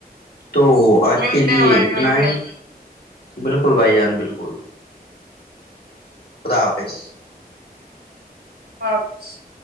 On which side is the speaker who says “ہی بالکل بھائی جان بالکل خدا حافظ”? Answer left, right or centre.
Left